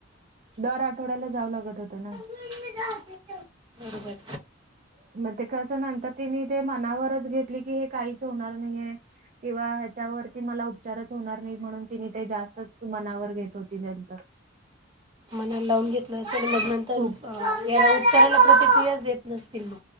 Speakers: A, on the right; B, on the right.
A: दर आठवड्याला जावं लागत होतं ना.
B: <inaudible> बरोबर.
A: मग ते कसं नंतर तिने ते मनावरच घेतली की हे काहीच होणार नाहीये. किंवा ह्याच्यावरती मला उपचारच होणार नाही म्हणून तिने ते जास्तच मनावर घेत होती नंतर,
B: मनाला लावून घेतलं असेल मग नंतर
A: खूप
B: या उपचाराला प्रतिक्रिया देत नसतील मग.